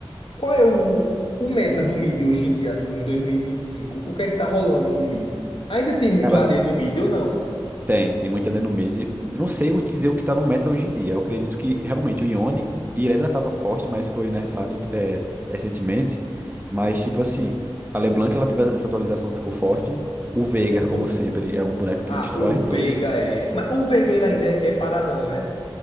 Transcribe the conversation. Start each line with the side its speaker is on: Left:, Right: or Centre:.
Left: Qual é o, o meta do mid hoje em dia, assim, em dois mil e vinte e cinco O que é que tá rolando no mid? Ainda tem muito
Right: Cara,
Left: AD no mid ou não?
Right: tem, tem muita dano mid. Eu não sei o- dizer o que tá no meta hoje em dia. Eu acredito que realmente o Yone, Irelia tava forte, mas foi nerfado é, recentemente. Mas, tipo assim, a LeBlanc, ela teve essa atualização, ficou forte. O Veigar,
Left: Certo?
Right: como sempre, é um boneco que
Left: Ah,
Right: destrói
Left: o Veiga
Right: todos.
Left: é. Mas o Veiga ele ainda é, é paradão, né?